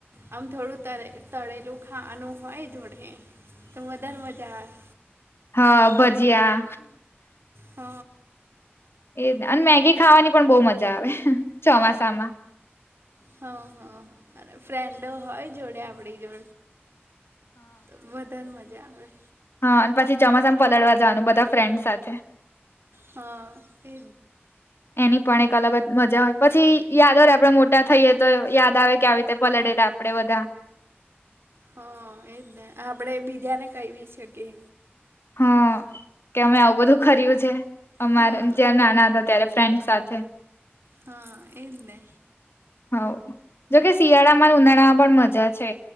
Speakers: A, on the right; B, on the left.
A: આમ થોડું તરે તળેલું ખાવાનું હોય જોડે તો મદર મજા આવે
B: હ ભજીયા
A: હ.
B: એજ ને અને મેગી ખાવાની પણ બો મજા આવે ચોમાસામાં
A: હ હ અને ફ્રેન્ડો હોય જોડે આપડી જો તો વધાર મજા આવેે
B: હ અને પછી ચોમાસા પલળવા જવાનું બધા ફ્રેન્ડ સાથે
A: હા એ
B: એની પણ એક અલગ જ મજા હોય પછી યાદ હોય રે આપડે મોટા થઈએ તો યાદ આવે કે આવી રીતે પલળેલા આપડે બધા
A: હ એજ ને આપડે બીજાને કહી બી શકીએ
B: હ કે અમે આવું બધું કર્યું છે, અમારે
A: હા.
B: જયારે નાના હતા ત્યારે ફ્રેન્ડ સા થે
A: હ એજ ને
B: હઉ જોકે શિયાળામાં ઉનાળામાં પણ મજા છે.